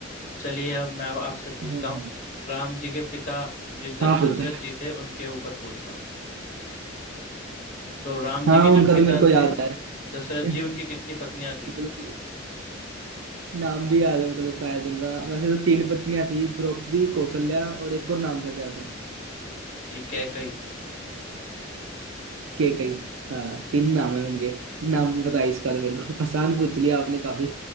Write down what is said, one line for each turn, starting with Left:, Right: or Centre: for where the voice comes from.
Left: चलिए अब मैं अब आपसे पूछता
Right: हम्म
Left: हूँ राम जी के पिता जो द-
Right: हाँ पूछो
Left: दशरथ जी थे उनके ऊपर पूछता हूँ तो राम जी
Right: हाँ
Left: के
Right: उनका
Left: जो पिता
Right: तो मेरे को याद
Left: थे
Right: है <laughs>
Left: दशरथ जी उनकी कितनी पत्नियां थी
Right: मतलब नाम भी याद है मतलब शायद उनका वैसे तो तीन पत्नियां थी द्रौपदी कौशल्या और एक और नाम था क्या था
Left: ये कैकई
Right: केकई हाँ तीन नाम है उनके नाम भी पता है इसका तो मेरे को आसान पूछ लिया आपने काफी